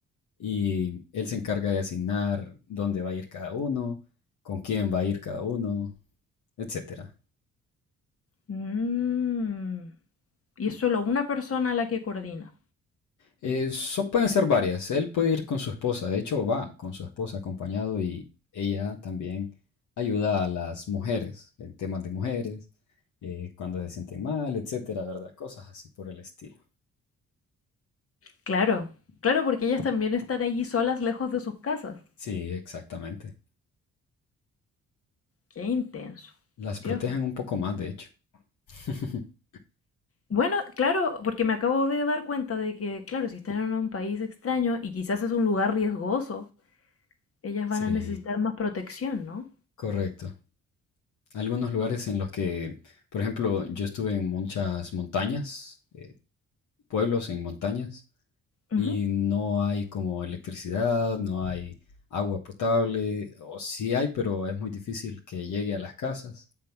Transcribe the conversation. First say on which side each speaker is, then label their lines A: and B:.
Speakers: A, on the left; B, on the left.
A: y él se encarga de asignar dónde va a ir cada uno, con quién va a ir cada uno, etcétera.
B: Mm. Y es solo una persona la que coordina.
A: Eso pueden ser varias. Él puede ir con su esposa. De hecho, va con su esposa acompañado y ella también ayuda a las mujeres en temas de mujeres, eh, cuando se sienten mal, etcétera, ¿verdad? Cosas así por el estilo.
B: Claro, claro, porque ellas también están allí solas, lejos de sus casas.
A: Sí, exactamente.
B: Qué intenso.
A: Las
B: Dios.
A: protegen un poco más, de hecho. <laughs>
B: Bueno, claro, porque me acabo de dar cuenta de que, claro, si están en un país extraño y quizás es un lugar riesgoso, ellas van
A: Sí,
B: a necesitar más protección, ¿no?
A: correcto. Algunos lugares en los que, por ejemplo, yo estuve en muchas montañas, eh, pueblos en montañas,
B: Ujú.
A: y no hay como electricidad, no hay agua potable, o sí hay, pero es muy difícil que llegue a las casas.